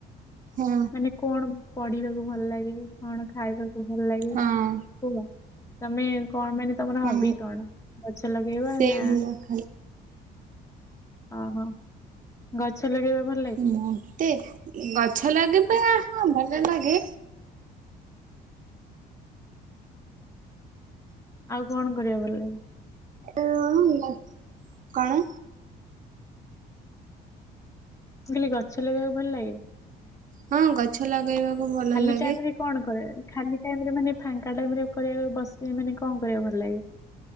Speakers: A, on the right; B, on the left.
A: ହଁ।
B: ଆମେ କଣ ପଢିବାକୁ ଭଲ ଲାଗେ କଣ ଖାଇବାକୁ ଭଲ ଲାଗେ।
A: ହଁ
B: ହୁ ତମେ କଣ ମାନେ ତମର
A: ହଁ
B: ହବି କଣ ଗଛ ଲଗେଇବା
A: ସେଗୁଡା
B: ନା।
A: ଖାଲି
B: ଓହୋ ଗଛ ଲଗେଇବା ପାଇଁ
A: ମତେ ଗଛ ଲାଗିବ ହ ଭଲ ଲାଗେ।
B: ଆଉ କଣ କରିବା ଭଲ ଲାଗେ।
A: ଏ <unintelligible> କଣ?
B: ମୁଁ କହିଲି ଗଛ ଲଗେଇବାକୁ ଗଲେ।
A: ହଁ ଗଛ ଲଗେଇବାକୁ ଭଲ
B: ଖାଲି
A: ଲାଗେ।
B: ଟାଇମ ରେ କଣ କ ଖାଲି ଟାଇମ ରେ ମାନେ ଫାଙ୍କା ଟାଇମରେ କରିବାକୁ ବସ ମାନେ କଣ କରିବାକୁ ଭଲ ଲାଗେ।